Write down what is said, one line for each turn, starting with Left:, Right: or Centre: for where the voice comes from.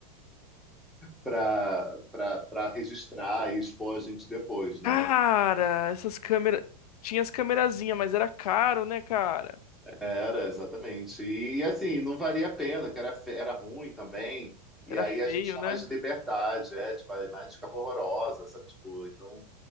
Centre: para registrar e expor a gente depois, né?
Left: Cara, essas câmeras. Tinha as câmerazinhas, mas era caro, né, cara?
Centre: Era, exatamente. E assim, não valia a pena, que era, fe- era ruim também. E
Left: Era
Centre: aí
Left: feio,
Centre: a gente tinha
Left: né?
Centre: mais liberdade, é, tipo, a imagem ficava horrorosa, sabe? Tipo, então